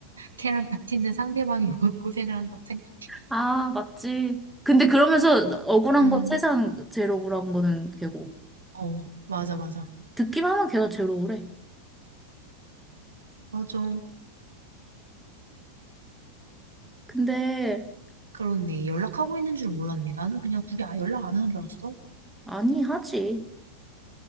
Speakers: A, on the right; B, in the centre.
A: 걔랑 같이 있는 상대방이 뭐 고생을 한다고 생각.
B: 아, 맞지. 근데 그러면서 억울한
A: 음,
B: 건 세상 제일 억울한 거는 걔고.
A: 어, 맞아, 맞아.
B: 듣기만 하면 걔가 제일 억울해.
A: 맞아.
B: 근데,
A: 그렇네. 연락하고 있는 줄 몰랐네. 나는 그냥 둘이 아- 연락 안 하는 줄 알았어.
B: 아니, 하지.